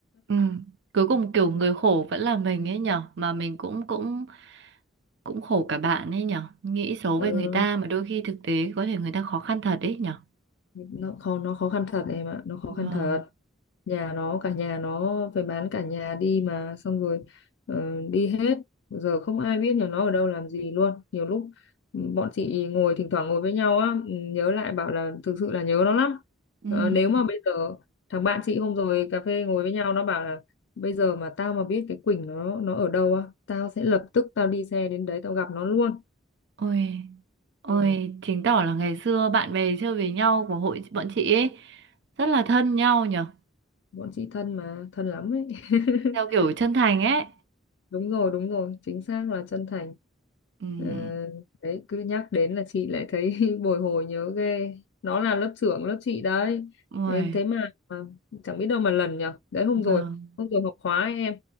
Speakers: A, on the right; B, on the left.
A: Ừ. Cuối cùng kiểu người khổ vẫn là mình ấy nhở Mà mình cũng cũng cũng khổ cả bạn ấy nhở nghĩ xấu
B: ừ.
A: về người ta mà đôi khi thực tế có thể người ta khó khăn thật ấy nhở
B: nó khó nó khó khăn thật em ạ nó khó
A: vâng
B: khăn thật nhà nó cả nhà nó phải bán cả nhà đi mà xong rồi ờ, đi hết giờ không ai biết nhà nó ở đâu làm gì luôn nhiều lúc ừ, bọn chị ngồi thỉnh thoảng ngồi với nhau á ừ, nhớ lại bảo là thực sự là nhớ nó lắm
A: Ừm.
B: Ờ, nếu mà bây giờ thằng bạn chị hôm rồi cà phê ngồi với nhau nó bảo là bây giờ mà tao mà biết cái Quỳnh nó nó ở đâu á tao sẽ lập tức tao đi xe đến đấy tao gặp nó luôn
A: ôi ôi
B: ừ,
A: chứng tỏ là ngày xưa bạn bè chơi với nhau của hội bọn chị ấy rất là thân nhau nhở
B: bọn chị thân mà thân lắm ấy <laughs>
A: theo kiểu chân thành ấy
B: đúng rồi đúng rồi chính xác là chân thành
A: Ừm.
B: Ờ, đấy cứ nhắc đến là chị lại thấy <laughs> bồi hồi nhớ ghê nó là lớp trưởng lớp chị đấy
A: ôi
B: thế, thế mà, mà chẳng biết đâu mà lần nhở đấy hôm
A: vâng
B: rồi hôm rồi học khóa ấy, em